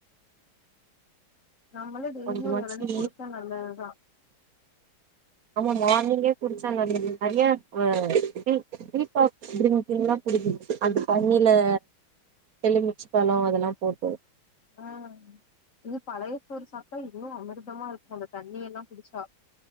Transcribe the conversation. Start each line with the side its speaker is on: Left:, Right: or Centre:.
Left: நம்மளே டெய்லியு
Right: கொஞ்சமாச்சு
Left: ஒரு இளநி குடிச்சா நல்லதுதா
Right: ஆமா மார்னிங்கே குடிச்சா நல்லது நறையா டீ டீடாக்ஸ் டிரிங்லா குடிக்கணு அந்த தண்ணில எலுமிச்ச பலோ அதெல்லா போட்டு
Left: ஆ இது பழைய சோர் சப்டா இன்னு அமிர்தமா இருக்கு அந்த தண்ணி எல்லா குடிச்சா